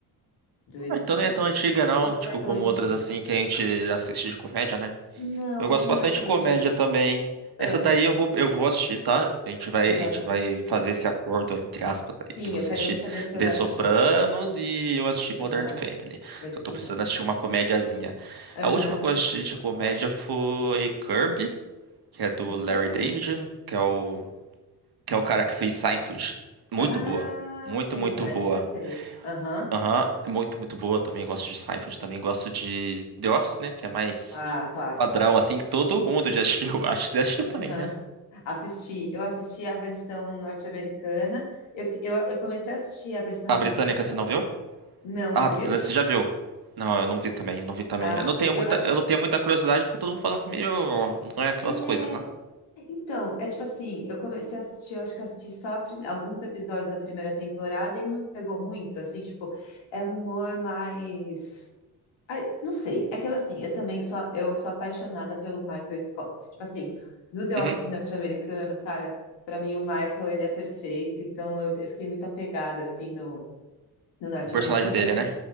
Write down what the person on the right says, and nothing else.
Ah, Então não é
tão
antiga não,
tipo
como
outras assim que a gente assiste de comédia, né?
Eu gosto
bastante
de comédia
também. Essa
daí eu vou, eu vou assistir, tá? A gente vai,
a gente vai fazer esse acordo, entre aspas, aí,
de você
assistir
The
Sopranos
e eu assistir Modern
Family. que
Eu tô
precisando assistir uma comediazinha.
A última que eu assisti de comédia foi Curb, que é do
Larry
David, que é o, que é o cara que fez Seinfeld. Muito
boa. Muito,
muito
boa.
Aham, é muito, muito boa também. Gosto de Seinfeld, também gosto de The Office, né? Que é mais
padrão, assim, que todo mundo já assistiu. <laughs> Acho que você assistiu também,
né?
A
Britânica, você não viu?
Ah,
a Britânica,
você já viu? Não, eu não vi também, eu não vi também.
Eu não tenho
muita,
eu não tenho muita curiosidade, porque todo mundo fala que é meio... Não é aquelas
coisas, né?
Uhum.
O personagem dele,
né?